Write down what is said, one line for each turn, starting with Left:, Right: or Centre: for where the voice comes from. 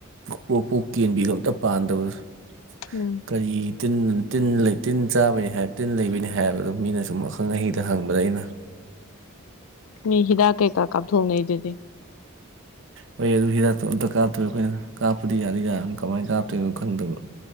Right: ꯄꯣꯛꯄꯣꯛ ꯀꯦꯟꯕꯤꯕ ꯑꯝꯇ ꯄꯥꯟꯗꯕꯁꯨ
Left: ꯎꯝ
Right: ꯀꯔꯤ ꯇꯤꯟ ꯇꯤꯟ ꯇꯤꯟ ꯆꯥꯕꯅꯤ ꯍꯥꯏ ꯇꯤꯟ ꯂꯩꯕꯅꯤ ꯍꯥꯏꯕꯗꯣ ꯃꯤꯅ ꯁꯨꯝ ꯑꯈꯪ ꯑꯍꯩꯗ ꯍꯪꯕꯗ ꯑꯩꯅ
Left: ꯃꯤ ꯍꯤꯗꯥꯥꯛ ꯀꯦ ꯀꯥ ꯀꯥꯞ ꯊꯣꯛꯅꯩꯗꯨꯗꯤ
Right: ꯍꯣꯏ ꯑꯗꯨ ꯍꯤꯗꯥꯛꯇꯣ ꯑꯝꯇ ꯀꯥꯞꯇꯣꯏ ꯑꯩꯈꯣꯏꯅ ꯀꯥꯞꯄꯗꯤ ꯌꯥꯗꯤ ꯌꯥꯔꯕꯅꯦ ꯀꯃꯥꯏꯅ ꯀꯥꯞꯇꯣꯏꯅꯣ ꯈꯪꯗꯕ